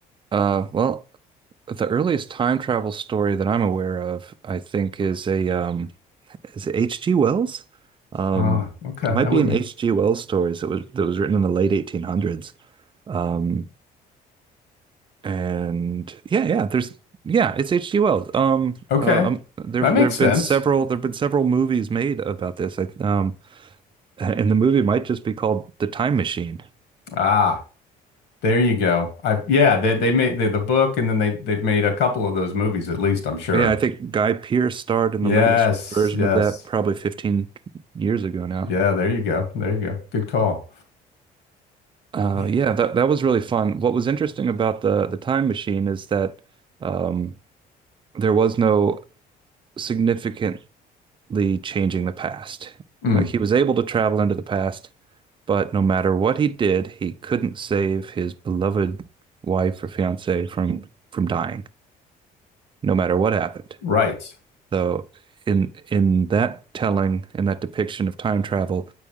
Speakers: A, on the right; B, on the left.
A: uh well, the earliest time travel story that I'm aware of, I think is a um is it H.G. Wells? Um
B: Ah, okay.
A: it might
B: That
A: be
B: would
A: an
B: make
A: H.G. Wells stories that was that was written in the late 1800s. Um And yeah, yeah, there's yeah, it's H.G. Wells. Um,
B: okay.
A: uh, um, there
B: That
A: there
B: makes
A: have
B: sense.
A: been several there have been several movies made about this. I, um, <laughs> and the movie might just be called The Time Machine.
B: Ah, there you go. I've yeah, they they made the the book and then they they've made a couple of those movies at least, I'm sure.
A: Yeah, I think Guy Pearce starred in
B: Yes,
A: the latest version
B: yes.
A: of that probably 15 years ago now.
B: Yeah, there you go. There you go. Good call.
A: Uh,
B: Yeah.
A: yeah, that that was really fun. What was interesting about the the Time Machine is that um, there was no significantly changing the past.
B: Mm,
A: Like he was able to travel into the past But no matter what he did, he couldn't save his beloved wife or fiancée from from dying, no matter what happened.
B: right,
A: Though in in that telling, in that depiction of time travel,